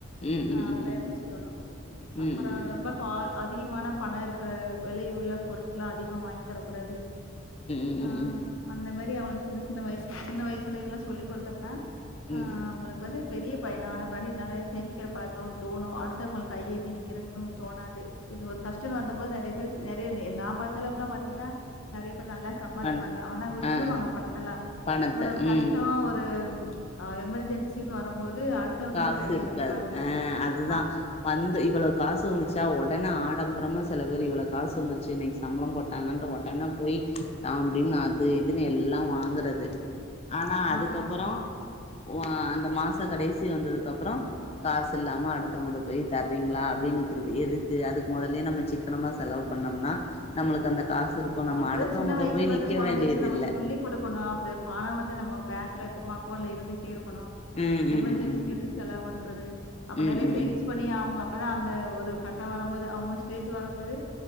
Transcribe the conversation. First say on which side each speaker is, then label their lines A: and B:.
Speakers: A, on the left; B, on the left.
A: ம் ம்
B: ஆஹ அதெல்லாம்
A: ம் ம்
B: எடுத்து சொல்லணும்
A: ம்
B: அப்புறம்
A: ம் ம் ம்
B: ரொம்ப கா அதிகமான பணம் இருக்கிற விலை உள்ள பொருட்கலாம் அதிகமா வாங்கி தரக்கூடாது
A: ம்
B: ஆஹ்
A: ம்
B: வந்த அதுமாதிரி அவனுக்கு சின்ன சின்ன வயசு சின்ன வயசுல இதெல்லாம் சொல்லி கொடுத்தோம்னா
A: ம்
B: ஆஹ்
A: ம்
B: அவங்களுக்கு வந்துத் பெரிய பையனா பனி நிறைய சேமிக்கிற பழக்கம் தோணும் அடுத்தவங்கள கைய ஏந்தி நிற்கிறும்ன்னு தோணாது இந்த ஒரு கஷ்டம்னு வந்த போது நிறைய பேர் நிறைய நான் பார்த்த அளவுக்குலாம் பாத்தீங்கன்னா நிறைய நல்லா சப்பாரிப்பாங்க
A: பண
B: ஆனா விட்டுறுவாங்க
A: ஆ ஆ
B: பணத்தெலாம்
A: பணத்த
B: அப்புறம் ஒரு கஷ்டம்
A: ம்
B: ஒரு ஆஹ எமர் ஜென் சின்னு வரும்போது அடுத்தவன்ட்ட
A: காசு
B: போய் கையேந்தி
A: இருக்காது
B: நிப்பாங்க.
A: அஹ் அதுதான்
B: அ
A: வந்து இவ்வளவோ காசு வந்துச்சு ஒடனே ஆடம்பரமா செலபேர்ரு இவ்வளவு காசு வந்துருச்சு இன்னைக்கு சம்பளம் போட்டாங்கட்டு உடனே போய் தாம் திம் அது இதுன்னு எல்லா வாங்கறது
B: ம்
A: ஆனா அதுக்கப்புறம்
B: ஆமா.
A: ஒ அந்த மாச கடைசி புத்தி வந்ததுக்கு அப்பறம் காசு இல்லாம அடுத்தவங்கிட்ட போய் தர்றீங்களா அப்படின்னு நிக்கிறது எதுக்கு அதுக்கு முதலயே நம்ம சிக்கனமா செலவு பண்ணோம்னா நம்மளுக்கு அந்த காசு இருக்கு நம்ம
B: அப்ப
A: அடுத்தவங்கள்ட
B: தா சின்ன வயசுல
A: போய்
B: இருந்து
A: நிக்க
B: குழந்தைகளுக்கு
A: வேண்டியது
B: நம்ம
A: இல்ல
B: சொல்லி கொடுக்கணு அந்த பண வந்து நம்ம பேங்க்ல எப்பமொ அக்கவுண்ட்ல இருந்துட்டே இருக் இப்பலா
A: ம் ம்
B: எமெர்ஜென்சிக்கு
A: ம் ம்
B: எடுத்து செலவுண்றது அப்ப
A: ம்
B: நறைய
A: ம்
B: சேவிங்ஸ்
A: ம்
B: பண்ணி அவுங்க அப் அப்பதா அந்த ஒரு கட்ட வர போது அவுங்க ஸ்டேஜ் வரும்போது